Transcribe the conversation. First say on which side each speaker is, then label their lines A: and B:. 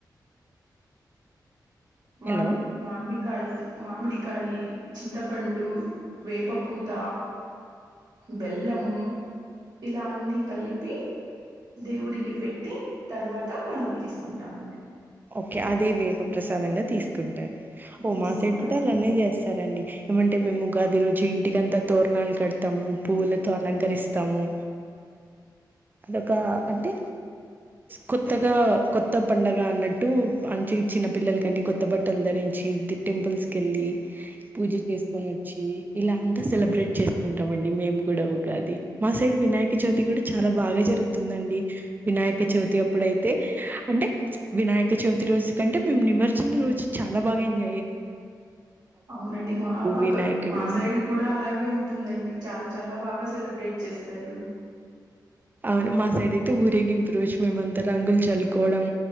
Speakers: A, on the right; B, on the right.
A: మామిడి
B: హలో!
A: మామిడి కాయ మామిడికాయ చింతపండు వేప పూత బెల్లము ఇలాన్నిీ కలిపి దేవుడికి పెట్టి తర్వాత మనం తీసుకుంటామండి
B: ఓకే అదే వేప ప్రసాదంగా తీసుకు ఓ
A: తీసుకుంటాం
B: మా సైడ్ కూడా అలాన్న చేస్తారండి ఏమంటే మే ఉగదిరు జింంటికి అంత తోర్నాల్ కడతా పువ్వులతో అలంకరిస్త ఇస్తాము అదొక అంటే కొత్తగా కొత్త పండగ అన్నట్టు అ చిన్న పిల్లల కని కొత్త బట్టలు ధరించి టెంపుల్స్ వెళ్ళి పూజ చేసుకొని వచ్చి ఇలా అంతా సెలబ్రేట్ చేసుకుంటాం అండి మేము కూడా ఉగాది మా సైడ్ వినాయక చవితి కూడా చాలా బాగా జరుగుతుందండి వినాయక చవితి అప్పుడైతే అంటే వినాయక్ ఇక చవితి రోజు కంటే మేము నిమజన రోజు చాలా బాగాంజా్
A: అవునండి మా పక్క
B: వినాయకుడు
A: మా సైడ్ కూడా అలాగే ఉంటుందండి చాలా చాలా బాగా సెలబ్రేట్ చేస్తారు
B: అవును మా సైడ్ అయితే ఊరే గ ఇంపువచ్చు మేమంత త్త రంగులు చలుకోవడం